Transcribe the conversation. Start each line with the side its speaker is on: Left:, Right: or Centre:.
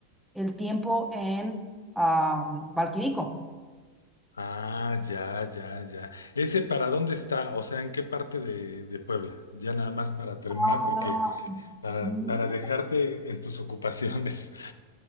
Centre: el tiempo en ah, Valquirico.
Left: Ah, ya, ya, ya. ¿Ese para dónde está? O sea, ¿en qué parte de, de Puebla? Ya nada más para terminar,
Centre: Ah,
Left: porque para,
Centre: mm.
Left: para dejarte en tus ocupaciones.